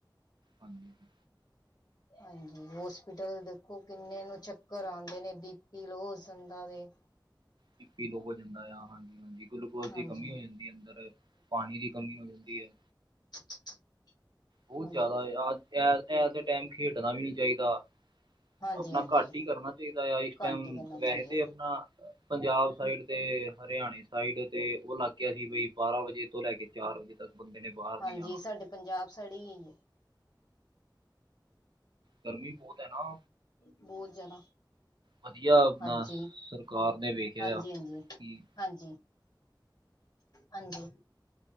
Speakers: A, on the right; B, on the left.
A: ਹਾਂਜੀ।
B: ਹਾਂਜੀ, ਹੋਸਪਿਟਲ ਦੇਖੋ ਕਿੰਨੇ ਨੂੰ ਚੱਕਰ ਆਉਂਦੇ ਨੇ, ਬੀ ਪੀ ਲੋ ਜਾਂਦਾ ਦੇ
A: ਬੀ ਪੀ ਲੋ ਹੋ ਜਾਂਦਾ ਆ, ਹਾਂਜੀ ਹਾਂਜੀ। ਗਲੂਕੋਜ
B: ਹਾਂਜੀ
A: ਦੀ ਕਮੀ ਹੋ ਜਾਂਦੀ ਹੈ ਅੰਦਰ, ਪਾਣੀ ਦੀ ਕਮੀ ਹੋ ਜਾਂਦੀ ਹੈ।
B: <unintelligible>
A: ਬਹੁਤ
B: ਹਾਂਜੀ
A: ਜ਼ਿਆਦਾ ਐ, ਐ ਤੇ ਟਾਈਮ ਖੇਡਣਾ ਵੀ ਨਹੀ ਚਾਹੀਦਾ
B: ਹਾਂਜੀ
A: ਆਪਣਾ
B: ਹਾਂਜੀ
A: ਘੱਟ ਹੀ ਕਰਨਾ ਚਾਹੀਦਾ ਆ ਇਸ ਟਾਈਮ,
B: ਘੱਟ ਹੀ ਕਰਨਾ ਚਾਹੀਏ
A: ਵੈਸੇ ਤੇ ਆਪਣਾ। ਪੰਜਾਬ ਸਾਈਡ ਤੇ, ਹਰਿਆਣੇ ਸਾਈਡ ਤੇ, ਉਹ ਇਲਾਕਿਆ ਸੀ ਬਈ, ਬਾਰਾਂ ਵਜੇ ਤੋਂ ਲੈ ਕੇ ਚਾਰ ਵਜੇ ਤੱਕ ਬੰਦੇ ਨੇ ਬਾਹਰ ਨਹੀਂ
B: ਹਾਂਜੀ
A: ਜਾਣਾ
B: ਸਾਡੇ ਪੰਜਾਬ ਸਾਈਡ ਇਆ ਹੀ ਹੈ
A: ਗਰਮੀ ਬਹੁਤ ਹੈ ਨਾ
B: ਬਹੁਤ ਜ਼ਿਆਦਾ
A: ਵਧੀਆ ਆਪਣਾ
B: ਹਾਂਜੀ
A: ਸਰਕਾਰ ਨੇ ਵੇਖਿਆ
B: ਹਾਂਜੀ
A: ਆ
B: ਹਾਂਜੀ
A: ਕਿ
B: ਹਾਂਜੀ ਹਾਂਜੀ।